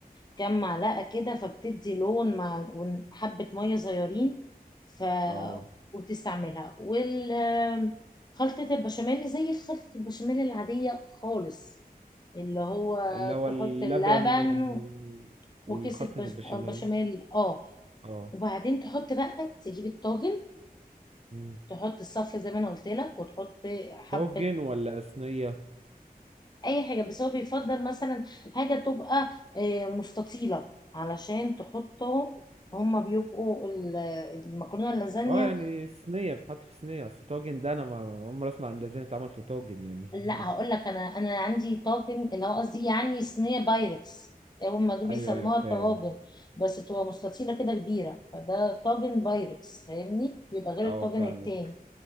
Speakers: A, on the left (about 25°); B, on the right (about 40°).
A: كام معلقة كده فبتدي لون مع وحبة مية صغيرين ف
B: اه
A: وتستعملها وال خلطة البشاميل زي خلطة البشاميل العادية خالص اللي هو
B: اللي هو
A: تحط
B: اللبن
A: اللبن
B: وال والخلطة
A: وكيس البش-
B: البشاميل
A: البشاميل اه
B: اه
A: وبعدين تحط بقى تجيب الطاجن
B: مم.
A: تحط الصف زي ما انا قلت لك وتحط حبة
B: طاجن ولا صينية
A: اي حاجة بس هو بيفضل مثلا حاجة تبقى آه، مستطيلة علشان تحطهم هما بيبقوا ال- المكرونة اللازانيا
B: اه يعني صينية بتحط في صينية اصل طاجن ده انا ما ما- عمري اسمع ان لازم يتعمل في طاجن يعني
A: لا
B: <laughs>
A: هقول لك انا انا عندي طاجن اللي هو قصدي يعني صينيه بايركس هم دول بيسموها
B: ايوه ايوه فاهم
A: طواجن بس تبقى مستطيله كده كبيره فده طاجن بايركس فاهمني بيبقى غير
B: اه
A: الطاجن
B: فاهمك
A: التاني